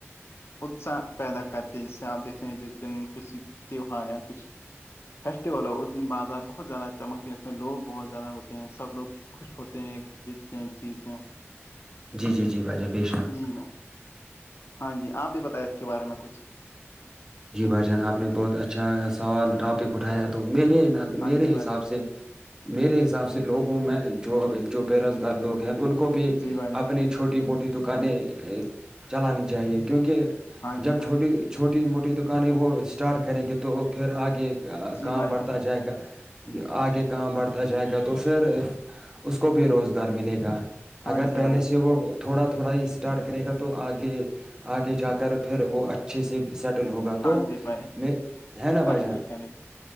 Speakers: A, on the left; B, on the right.
A: اتساہ پیدا کرتی ہے جیسے آپ دیکھتے ہیں جس دن کچسی تیوار یا کچھ فیسٹیول ہو اس دن بازار بہت زیادہ چمکتے ہیں اس میں لوگ بہت زیادہ ہوتے ہیں سب لوگ خوش ہوتے ہیں خریدتے ہیں چیزیں
B: جی جی جی بھائی جان بے شک
A: جی میںیم ہاں جی آپ بھی بتائے اس کے بارے میں کچھ
B: جی بھائی جان آپ نے بہت اچھا سوال ٹاپک اٹھایا ہے تو میرے
A: ہاں
B: میرے
A: جی بھائی
B: حساب سے میرے حساب سے لوگوں میں جو جو بے روزگار لوگ ہیں ان کو بھی
A: جی بھائی جان
B: اپنے چھوٹی موٹی دکانیں چلانی چاہیے کیونکہ
A: ہاں
B: جب
A: جی بھائی
B: چھوٹی چھوٹی موٹی دکانیں وہ اسٹارٹ کریں گے تو پھر آگے
A: جی
B: کام
A: بھائی
B: بڑھتا
A: جان
B: جائے گا آگے کام بڑھتا جائے گا تو پھر اس کو بھی روزگار ملے گا
A: ہاں
B: اگر
A: جی
B: پہلے
A: بھائی
B: سے وہ تھوڑا تھوڑا ہی اسٹارٹ کرے گا تو آگے آگے جا کر پھر وہ اچھے سے سیٹ ل ہوگا تو
A: ہاں جی بھائی
B: میں ہے نا بھائی
A: ترقی
B: جان
A: کرے گا